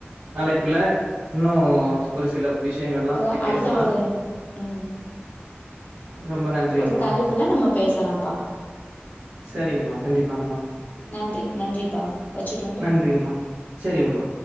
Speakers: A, on the right; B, on the left.
A: அழைப்புல இன்னு ஒரு சில விஷயங்கள்லா
B: ஒரு
A: பத்தி
B: அடுத்த
A: பேசலாம்
B: ஒரு ம்
A: ரொம்ப நன்றிங்கமா
B: ஒரு தலைப்புல நம்ம பேசலாம்பா
A: சரிங்கமா கண்டிப்பாங்கமா
B: நன்றி நன்றிபா வச்சுட்
A: நன்றிங்மா சரிங்மா